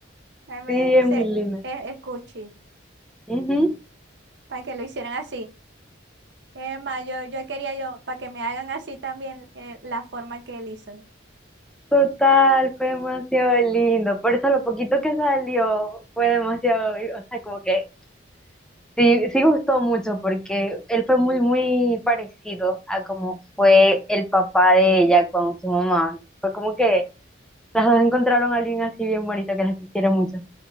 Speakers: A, on the right; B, in the centre.
A: Eh, me-
B: Sí, es
A: se-
B: muy lindo.
A: es, es cuchi.
B: Ujú.
A: Es- para que lo hicieran así. Emma, yo, yo quería yo, para que me hagan así también eh, la forma que él hizo.
B: Total, fue demasiado lindo. Por eso lo poquito que salió fue demasiado, o sea, como que sí, sí gustó mucho porque él fue muy, muy parecido a como fue el papá de ella con su mamá. Fue como que Las dos encontraron a alguien así bien bonito que las quisiera mucho.